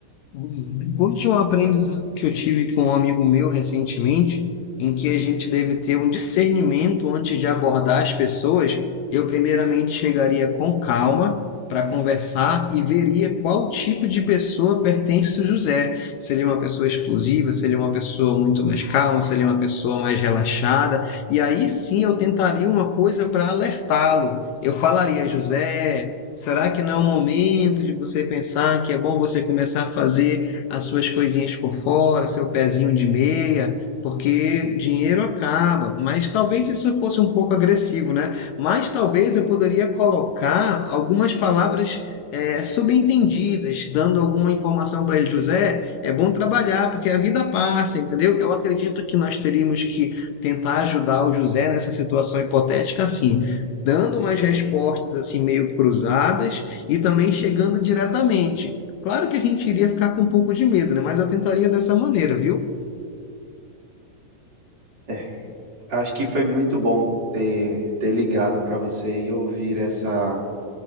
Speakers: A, on the left; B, on the right.
A: Bom, Depois de um aprendizado que eu tive com um amigo meu recentemente, em que a gente deve ter um discernimento antes de abordar as pessoas, eu primeiramente chegaria com calma para conversar e veria qual tipo de pessoa pertence o José. Se ele é uma pessoa explosiva, se ele é uma pessoa muito mais calma, se ele é uma pessoa mais relaxada. E aí sim eu tentaria uma coisa para alertá-lo. Eu falaria, José. Será que não é o momento de você pensar que é bom você começar a fazer as suas coisinhas por fora, seu pezinho de meia, porque dinheiro acaba? Mas talvez isso fosse um pouco agressivo, né? Mas talvez eu poderia colocar algumas palavras eh, subentendidas, dando alguma informação para ele, José, é bom trabalhar, porque a vida passa, entendeu? Eu acredito que nós teríamos que tentar ajudar o José nessa situação hipotética assim dando umas respostas assim meio cruzadas e também chegando diretamente. Claro que a gente iria ficar com um pouco de medo, né? Mas eu tentaria dessa maneira, viu?
B: É, acho que foi muito bom ter, ter ligado para você e ouvir essa